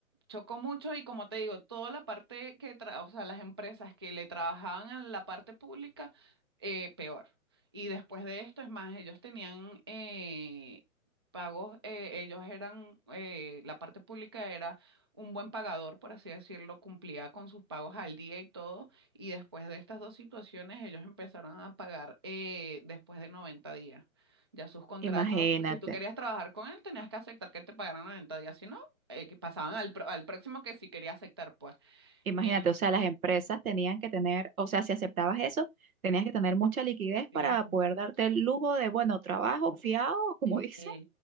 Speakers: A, on the right; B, on the right.
A: chocó mucho y como te digo, toda la parte que, tra- o sea, las empresas que le trabajaban a la parte pública, eh, peor. Y después de esto, es más, ellos tenían eh, pagos, eh, ellos eran, eh, la parte pública era un buen pagador, por así decirlo, cumplía con sus pagos al día y todo. Y después de estas dos situaciones, ellos empezaron a pagar eh, después de 90 días. Ya sus contratos,
B: Imagínate,
A: si tú querías trabajar con él, tenías que aceptar que te pagaran 90 días, si no, eh, que pasaban al, pro- al próximo que sí quería aceptar, pues.
B: imagínate,
A: En-
B: o sea, las empresas tenían que tener, o sea, si aceptabas eso, tenías que tener mucha liquidez
A: en-
B: para poder darte el lujo de, bueno, trabajo fiado, como
A: eh,
B: <laughs> dicen.